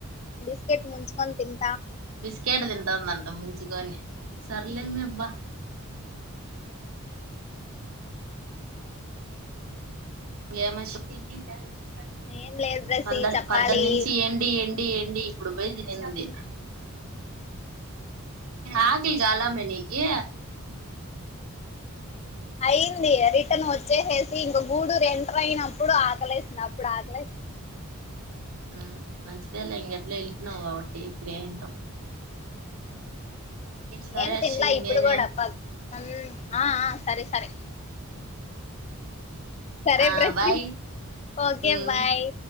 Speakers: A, on the left; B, on the right.
A: బిస్కెట్ ముంచుకొని తిన్
B: బిస్కెట్ తింటాందంట ముంచుకొని సర్లే మే బ ఏమి <unintelligible>
A: ఏం లేదు బ్రసి
B: పందల్
A: చెప్పాలి
B: పద్దనుంచి ఏండి ఏండి ఏండి ఇప్పుడు పోయి తినే దాన్ని ఆకలి కాలే మే నీకి
A: అయిదు రిటర్న్ వచ్చేసేసి ఇంక గూడూరు ఎంటర్ అయినప్పుడు ఆకలేసింది అప్పుడు ఆకలేసింది
B: మ్మ్ మంచిదేలే ఇంగ ఎట్లో వెళ్ళిపోయినావు కాబట్టి ఎందొ సరే
A: ఏం తిన్లా
B: శివ ఇంగేమి
A: ఇప్పుడు కూడా పక్కన ఆ ఆ సరే సరే సరే
B: ఆ
A: బ్రసి
B: బాయ్
A: ఓకే
B: మ్మ్
A: బాయ్